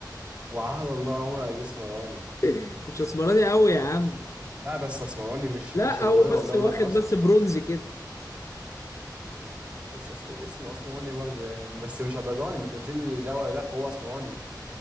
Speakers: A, on the right; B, on the left.
A: وعهد الله عمر أيدي اسمراني
B: <laughs> مش اسمراني قوي يا عم
A: لا بس اسمراني مش
B: لا
A: مش ابيضاني
B: هو بس
A: والله
B: واخد
A: لا اسمر
B: بس برونزي كده
A: بس أس... اسمه اسمراني برضه يعني بس مش ابيضاني ما انت قلت لي ده ولا ده فهو اسمراني